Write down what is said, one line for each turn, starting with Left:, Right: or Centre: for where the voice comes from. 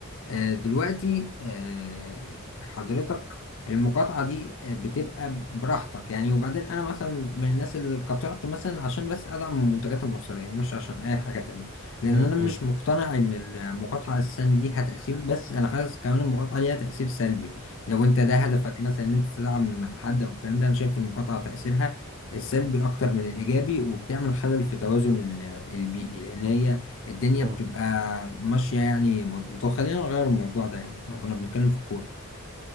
Left: آه، دلوقتي آه، حضرتك المقاطعة دي آه، بتبقى براحتك يعني وبعدين أنا مثلا من الناس اللي قطعت مثلا عشان بس أدعم المنتجات المصرية مش عشان أي حاجة تانية لأن
Right: م-
Left: أنا
Right: م-
Left: مش مقتنع إن المقاطعة أساسا ليها تأثير بس أنا حاسس كمان المقاطعة ليها تأثير سلبي لو أنت ده هدفك مثلا إن أنت تدعم حد أو الكلام ده أنا شايف المقاطعة تأثيرها السلبي أكتر من الإيجابي وبتعمل خلل في توازن ال- البيئي لأن هي الدنيا
Right: م.
Left: بتبقى ماشية يعني مظبوطة خلينا نغير الموضوع ده يعني احنا كنا بنتكلم في الكورة